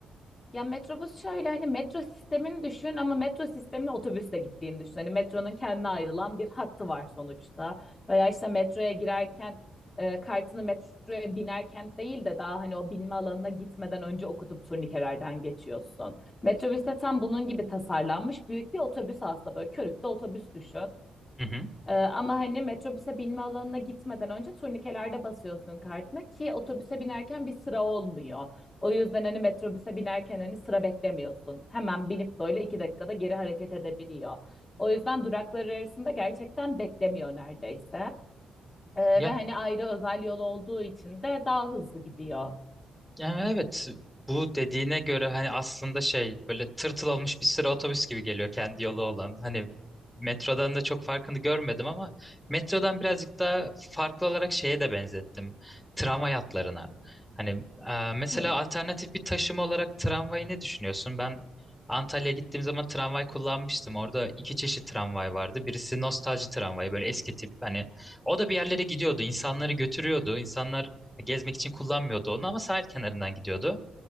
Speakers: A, on the left (about 25°); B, in the centre.
A: Ya metrobüs şöyle hani metro sistemini düşün ama metro sistemine otobüsle gittiğini düşün. Hani metronun kendine ayrılan bir hattı var sonuçta. Veya işte metroya girerken e, kartını metroya binerken değil de daha hani o binme alanına gitmeden önce okutup turnikelerden geçiyorsun. Metrobüs de tam bunun gibi tasarlanmış büyük bir otobüs aslında böyle körükte otobüs düşün.
B: Hı hı.
A: Ee, ama hani metrobüse binme alanına gitmeden önce turnikelerde basıyorsun kartını ki otobüse binerken bir sıra olmuyor. O yüzden hani metrobüse binerken hani sıra beklemiyorsun. Hemen binip böyle iki dakikada geri hareket edebiliyor. O yüzden duraklar arasında gerçekten beklemiyor neredeyse. Ee,
B: Ya
A: ve hani ayrı özel yol olduğu için de daha hızlı gidiyor.
B: Yani evet bu dediğine göre hani aslında şey böyle tırtıl olmuş bir sıra otobüs gibi geliyor kendi yolu olan. Hani metrodan da çok farkını görmedim ama metrodan birazcık daha farklı olarak şeye de benzettim. Tramvay hatlarına. Hani e, mesela
A: Hmm.
B: alternatif bir taşıma olarak tramvayı ne düşünüyorsun? Ben Antalya'ya gittiğim zaman tramvay kullanmıştım. Orada iki çeşit tramvay vardı. Birisi nostalji tramvayı böyle eski tip. Hani o da bir yerlere gidiyordu. insanları götürüyordu. İnsanlar Gezmek için kullanmıyordu onu ama sahil kenarından gidiyordu.